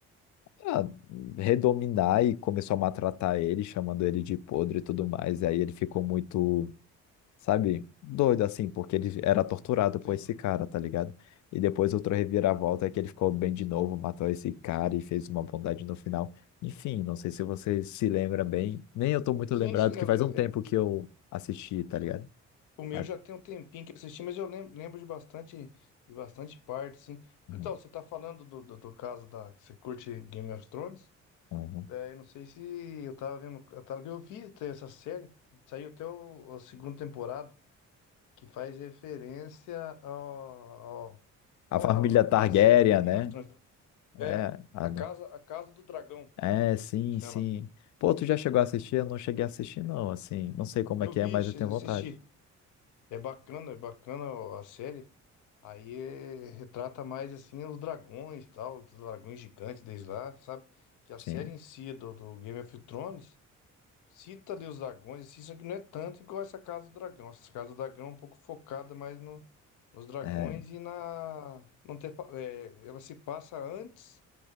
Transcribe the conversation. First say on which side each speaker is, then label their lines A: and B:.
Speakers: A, on the left (about 70°); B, on the left (about 85°).
A: a redominar e começou a maltratar ele, chamando ele de Podre e tudo mais. E aí ele ficou muito Sabe? Doido assim, porque ele era torturado por
B: sim,
A: esse cara, tá ligado? E depois outra reviravolta é que ele ficou bem de novo, matou esse cara e fez uma bondade no final. Enfim, não sei se você se lembra bem. Nem eu tô muito
B: sim,
A: lembrado,
B: sim. eu-
A: que faz
B: eu-
A: um tempo
B: é-
A: que eu assisti, tá ligado?
B: O meu
A: Mas-
B: já tem um tempinho que eu assisti, mas eu lembro, lembro de bastante, de bastante parte, sim.
A: Uhum,
B: Então, você tá falando do, do, do caso da. Você curte Game of Thrones?
A: uhum.
B: É, eu não sei se eu tava vendo. Eu, tava, eu vi até essa série, saiu até o, a segunda temporada. que faz referência ao, ao,
A: A
B: ao-
A: família Targaryen,
B: ao- à série Game
A: né?
B: of Thrones.
A: É,
B: É,
A: a-
B: a
A: né?
B: casa, a casa do Dragão,
A: é, sim,
B: chama.
A: sim. Pô, tu já chegou a assistir? Eu não cheguei a assistir, não, assim. Não sei como
B: Eu
A: é que
B: vi,
A: é, mas
B: assisti.
A: eu tenho vontade.
B: É bacana, é bacana a série. Aí é- retrata mais assim os dragões, e tal, os dragões gigantes desde lá, sabe? Que a
A: Sim.
B: série em si do, do Game of Thrones Cita ali os dragões, assim, isso aqui não é tanto igual essa Casa do Dragão. Essa Casa do Dragão é um pouco focada mais no- nos dragões
A: é
B: e na. Não ter, pa- é, ela se passa antes